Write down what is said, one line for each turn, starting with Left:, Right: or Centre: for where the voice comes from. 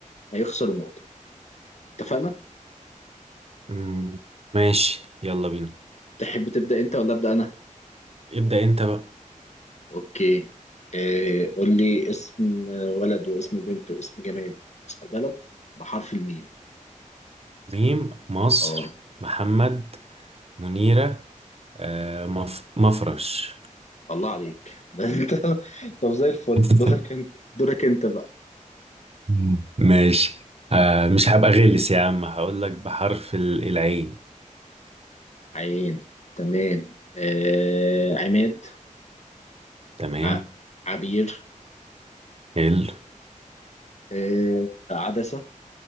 Left: هيخسر نقطه اتفقنا
Right: مم، ماشي يلا بينا
Left: تحب تبدا انت ولا ابدا انا
Right: ابدأ انت بقى
Left: اوكي آه قول لي اسم ولد واسم بنت واسم جماد واسم بلد بحرف الميم
Right: ميم مصر
Left: اه
Right: محمد منيرة آه مف... مفرش
Left: الله عليك <laughs> ده انت طب زي الفل
Right: <laughs>
Left: دورك انت دورك انت بقى
Right: مم. ماشي آه مش هبقى غلس يا عم هقول لك بحرف ال- العين
Left: عين تمام آه عماد
Right: تمام
Left: ع... عبير
Right: حلو
Left: آه عدسة